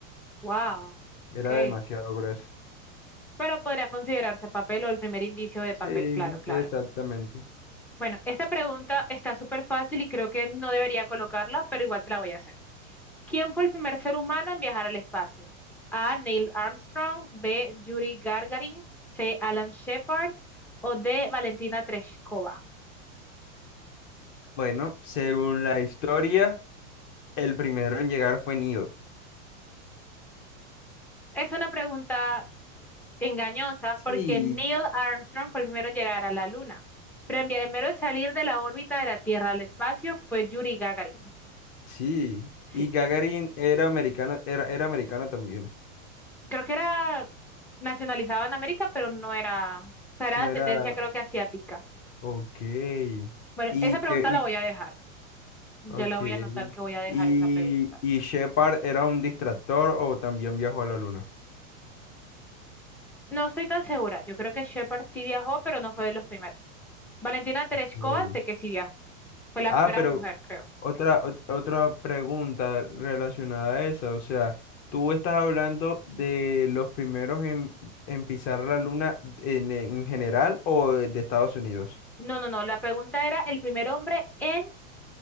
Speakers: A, in the centre; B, on the left (about 45°).
A: Wow.
B: Era
A: Ok.
B: demasiado grueso.
A: Pero podría considerarse papel o el primer indicio de
B: Sí,
A: papel, claro, claro.
B: exactamente.
A: Bueno, esta pregunta está súper fácil y creo que no debería colocarla, pero igual te la voy a hacer. ¿Quién fue el primer ser humano en viajar al espacio? A. Neil Armstrong, B. Yuri Gagarin, C. Alan Shepard o D. Valentina Tereshkova.
B: Bueno, según la historia, el primero en llegar fue Nido.
A: Es una pregunta engañosa
B: Sí,
A: porque Neil Armstrong fue el primero en llegar a la Luna, pero el primero en salir de la órbita de la Tierra al espacio fue Yuri Gagarin.
B: Sí, y
A: Sí,
B: Gagarin era americano, era, era americano también.
A: creo que era nacionalizado en América, pero no era, o sea, era
B: No
A: de ascendencia
B: era.
A: creo que asiática.
B: Ok.
A: Bueno,
B: Y
A: esa pregunta
B: que.
A: la
B: Y,
A: voy a dejar. Ya
B: ok.
A: la voy a anotar que voy a dejar
B: Y,
A: esa pregunta.
B: y Shepard era un distractor o también viajó a la luna.
A: No estoy tan segura. Yo creo que Shepard sí viajó, pero no fue de los primeros. Valentina Tereshkova
B: Ok.
A: sé que sí viajó. Fue la
B: Ah,
A: primera
B: pero
A: mujer, creo.
B: otra, ot- otra pregunta relacionada a esa. O sea, tú estás hablando de los primeros en, en pisar la luna en, en general o de de Estados Unidos.
A: No, no, no. La pregunta era el primer hombre en...